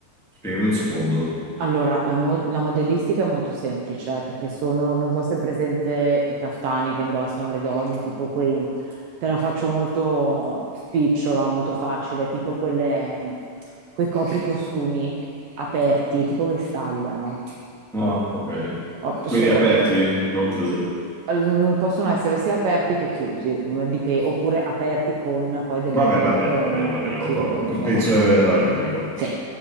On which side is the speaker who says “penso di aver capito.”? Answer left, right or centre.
Centre